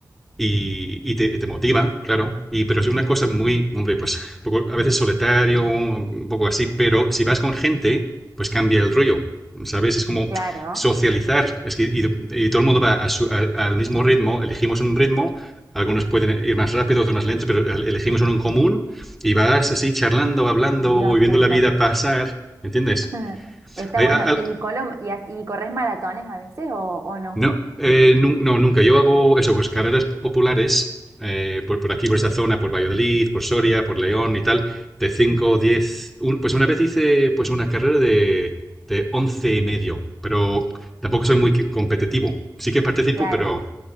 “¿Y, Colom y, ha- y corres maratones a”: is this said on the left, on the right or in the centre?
Right